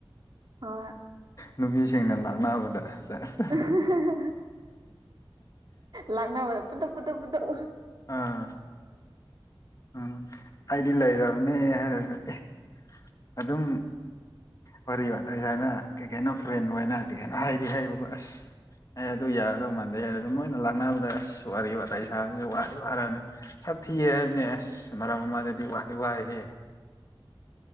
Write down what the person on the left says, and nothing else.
ꯅꯨꯄꯤꯁꯤꯡꯅ ꯂꯥꯛꯅꯕꯗ ꯁꯦꯖ
ꯑꯥ ꯎꯝ ꯑꯩꯗꯤ ꯂꯩꯔꯕꯅꯦ ꯍꯥꯏꯔꯒ ꯑꯦ ꯑꯗꯨꯝ ꯋꯔꯤ ꯋꯇꯥꯏꯍꯥꯏꯅ ꯀꯩ ꯀꯩꯅꯣ ꯐ꯭ꯔꯦꯟ ꯑꯣꯏꯅ ꯀꯩ ꯀꯩꯅꯣ ꯍꯥꯏꯗꯤ ꯍꯥꯏꯕꯀꯣ ꯑ꯭ꯁ ꯑꯦ ꯑꯗꯨ ꯌꯥꯒꯗꯧ ꯃꯥꯟꯗꯦ ꯍꯦ ꯑꯗꯨ ꯃꯣꯏꯅ ꯂꯥꯛꯅꯕꯗ ꯑꯁ ꯋꯔꯤ ꯋꯇꯥꯏ ꯁꯥꯕꯁꯨ ꯋꯔꯤ ꯋꯔꯥꯅꯦ ꯁꯛ ꯊꯤꯑ ꯍꯥꯏꯕꯅꯦ ꯑ꯭ꯁ ꯃꯔꯝ ꯑꯃꯥꯗꯗꯤ ꯋꯥꯗꯤ ꯋꯥꯏꯍꯦ